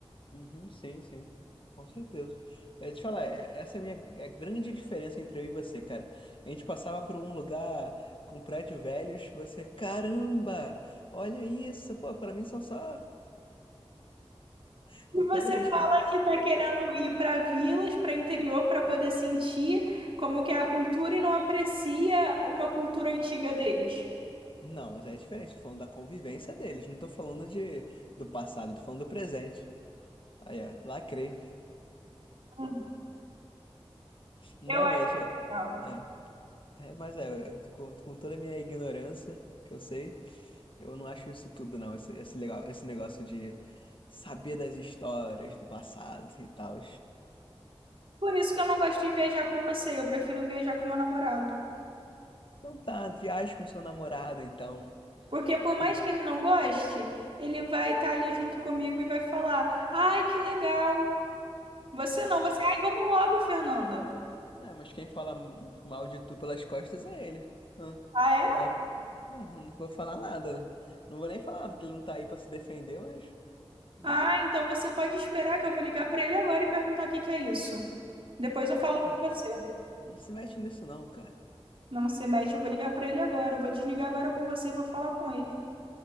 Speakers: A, on the left; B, on the right.
A: Uhum, sim, sim, com certeza. É, te falar, é- essa é a minha é a grande diferença entre eu e você, cara. A gente passava por um lugar com prédio velhos, você, caramba, olha isso, pô, pra mim são só, <laughs> com
B: E você
A: todo respeito.
B: fala que tá
A: pô,
B: querendo
A: pô.
B: ir para vilas, para interior, para poder sentir como que é a cultura e não aprecia uma cultura antiga deles.
A: Não, mas é diferente, tô falando da convivência deles, não tô falando de, do passado, tô falando do presente. Aí, ó, lacrei.
B: Hum.
A: Não,
B: Eu acho
A: mas é,
B: legal.
A: é, é, mas é, com, com toda a minha ignorância que eu sei. Eu não acho isso tudo, não. Esse, esse legal, esse negócio de saber das histórias do passado e tal.
B: Por isso que eu não gosto de viajar com você, eu prefiro viajar com meu namorado.
A: Não tá, viaje com seu namorado, então.
B: Porque por mais
A: Hum.
B: que ele não goste, ele vai estar ali junto comigo e vai falar: "Ai, que legal". Você não, você, "Ai, vamos logo, Fernanda".
A: É, é, mas quem fala mal de tu pelas costas é ele. Ah,
B: Ah, é?
A: fala- não, não vou falar nada. Não vou nem falar nada, que ele não tá aí pra se defender, mas. hum,
B: Ah, então você pode esperar que eu vou ligar para ele agora e perguntar o que que é isso. Depois eu
A: Ah,
B: falo com você.
A: não se mete nisso, não, cara.
B: Não se mete, eu vou ligar pra ele agora. Eu vou desligar agora com você e vou falar com ele.